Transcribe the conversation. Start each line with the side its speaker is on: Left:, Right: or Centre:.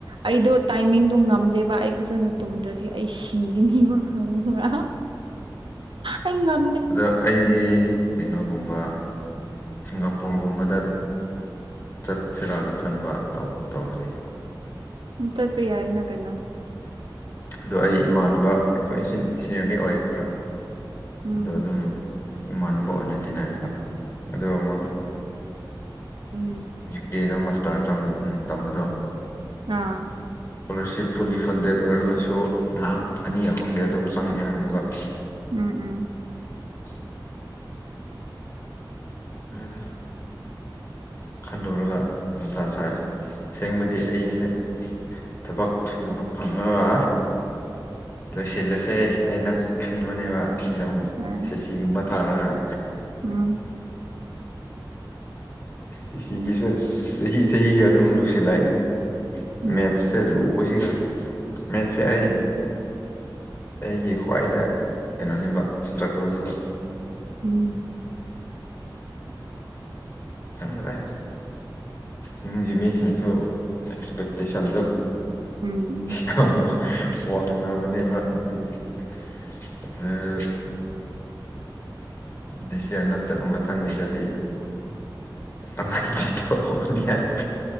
Right: ꯑꯩꯗꯣ ꯇꯥꯏꯃꯤꯡꯗꯣ ꯉꯝꯗꯦꯕ ꯑꯩ ꯐꯖꯅ ꯇꯨꯝꯗ꯭ꯔꯗꯤ ꯑꯩ ꯁꯤꯒꯅꯤꯕ ꯈꯪ <inaudible> ꯑꯩꯉ
Left: ꯑꯗꯣ ꯑꯩꯗꯤ ꯀꯩꯅꯣꯒꯨꯝꯕ ꯁꯤꯡꯒꯥꯄꯨꯔꯒꯨꯝꯕꯗ ꯆꯠꯁꯤꯔꯥꯅ ꯈꯟꯕ ꯇꯧ ꯇꯧꯔꯗꯤ
Right: ꯎꯝ ꯆꯠꯄ ꯌꯥꯏꯌꯦꯅ ꯀꯩꯅꯣ
Left: ꯑꯗꯣ ꯑꯩ ꯏꯃꯥꯟꯅꯕ ꯑꯩꯈꯣꯏ ꯁꯤꯟ ꯁꯤꯅꯤꯌꯔꯗꯤ ꯑꯣꯏ ꯈꯔ
Right: ꯎꯝ
Left: ꯑꯗꯣ ꯑꯗꯨꯝ ꯏꯃꯥꯟꯅꯕ ꯑꯣꯏꯅ ꯇꯤꯟꯅꯩꯕ ꯑꯗꯨ ꯑꯃ
Right: ꯎꯝ
Left: ꯌꯨ ꯀꯦ ꯗ ꯃꯥꯁꯇꯔ ꯇꯝ ꯎꯝ ꯇꯝꯕꯗꯣ
Right: ꯑꯥ
Left: ꯏꯁꯀꯣꯂꯥꯔꯁꯤꯞ ꯐꯨꯜꯂꯤ ꯐꯟꯗꯦꯠ ꯑꯣꯏꯔꯒꯁꯨ ꯂꯥꯛ ꯑꯅꯤ ꯑꯍꯨꯝꯗꯤ ꯑꯗꯨꯝ ꯆꯪꯉꯑꯦ ꯍꯥꯏꯕ
Right: ꯎꯝ ꯎꯝ
Left: <inaudible> ꯗ ꯈꯜꯂꯨꯔꯒ ꯃꯊꯥ ꯁꯥꯏ ꯑꯁꯦꯡꯕꯗꯤ ꯑꯩꯁꯦ ꯊꯕꯛ ꯊꯨꯅ ꯐꯪꯉꯒ ꯂꯣꯏꯁꯤꯜꯂꯁꯦ ꯑꯩꯅ ꯈꯟꯕꯅꯦꯕ ꯑꯦꯛꯖꯥꯝ
Right: ꯑꯥ
Left: ꯁꯤꯒꯨꯝꯕ ꯊꯥꯔꯒ
Right: ꯎꯝ
Left: ꯁꯤ ꯁꯤꯒꯤꯁꯦ ꯑꯁ ꯆꯍꯤ ꯆꯍꯤꯒꯤ ꯑꯗꯨꯝ ꯂꯨꯁꯤꯜꯂꯛꯑꯦꯅꯦ
Right: ꯎꯝ
Left: ꯃꯦꯠꯁꯁꯦ ꯂꯨꯕꯁꯤꯒ ꯃꯦꯠꯁꯦ ꯑꯩ
Right: ꯎꯝ
Left: ꯑꯩꯒꯤ ꯈ꯭ꯋꯥꯏꯗ ꯀꯩꯅꯣꯅꯤꯕ ꯏꯁꯇ꯭ꯔꯒꯜꯅꯤꯕ
Right: ꯎꯝ
Left: ꯈꯪꯗ꯭ꯔꯦ ꯌꯨꯝꯒꯤ ꯃꯤꯁꯤꯡꯁꯨ ꯑꯦꯛꯁꯄꯦꯛꯇꯦꯁꯟꯗꯣ
Right: ꯎꯝ
Left: ꯌꯥꯝ ꯋꯥ ꯋꯥꯡꯅꯕꯅꯦꯕ ꯑꯗꯨꯒꯤ ꯑꯗꯨ ꯗꯤꯁꯌꯥꯔ ꯅꯠꯇꯕ ꯃꯊꯪꯒꯤꯗꯗꯤ <unintelligible>